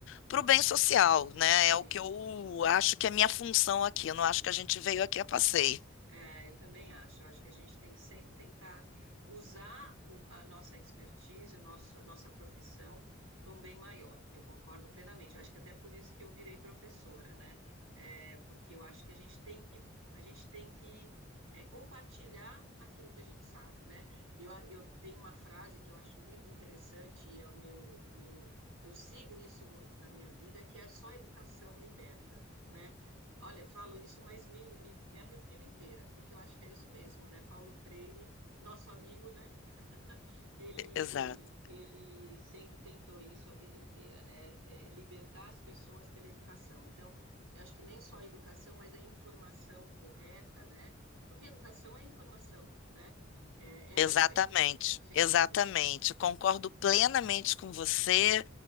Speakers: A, on the left; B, on the right.
A: para o bem social, né?
B: Sim.
A: É o que eu acho que é minha função aqui. Eu não acho que a gente veio aqui a passeio.
B: É, eu também acho. Eu acho que a gente tem que sempre tentar usar o- a nossa expertise, o nosso, a nossa profissão para um bem maior. Eu concordo plenamente. Eu acho que até por isso que eu virei professora, né? É, porque eu acho que a gente tem que, a gente tem que é, compartilhar aquilo que a gente sabe, né? Eu, a- eu tenho uma frase que eu acho muito interessante e é o meu, meu, eu sigo isso muito na minha vida, que é só educação liberta. né? Olha, falo isso, mas me, me, me arrepio inteira, porque eu acho que é isso mesmo, né? Paulo Freire, nosso amigo, né? <laughs> Ele,
A: Exato.
B: ele sempre tentou isso a vida inteira, né? É, libertar as pessoas pela educação. Então, eu acho que nem só a educação, mas a informação correta, né? Porque a educação é informação, né? É, ela
A: Exatamente,
B: liberta, sem
A: exatamente.
B: dúvida.
A: Concordo plenamente com você